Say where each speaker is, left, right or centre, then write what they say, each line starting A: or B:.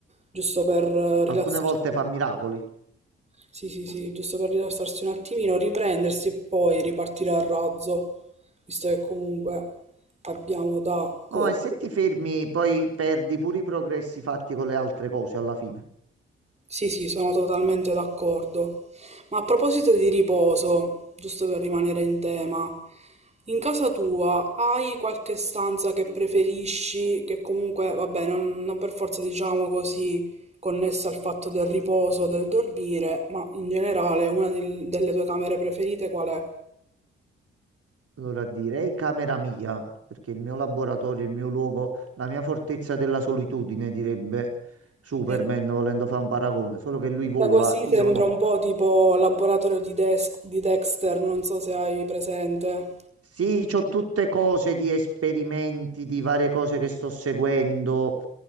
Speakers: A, on the right; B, on the right.
A: giusto per eh, rilassarsi.
B: Alcune volte fa miracoli.
A: Sì, sì, sì, giusto per rilassarsi un attimino, riprendersi e poi ripartire a razzo, visto che comunque abbiamo da... co-
B: No, e se ti fermi, poi perdi pure i progressi fatti con le altre cose alla fine.
A: Sì, sì, sono totalmente d'accordo. Ma a proposito di riposo, giusto per rimanere in tema, in casa tua hai qualche stanza che preferisci, che comunque, vabbè, non, non per forza diciamo così, connessa al fatto del riposo, del dormire, ma in generale una del- delle tue camere preferite qual è?
B: Allora direi camera mia, perché il mio laboratorio, il mio luogo, la mia fortezza della solitudine, direbbe Superman,
A: E-
B: volendo fare un paragone, solo che lui
A: Detta
B: vola,
A: così
B: io
A: sembra
B: no.
A: un po' tipo laboratorio di, Dex- di Dexter, non so se hai presente.
B: Sì, c'ho tutte cose di esperimenti, di varie cose che sto seguendo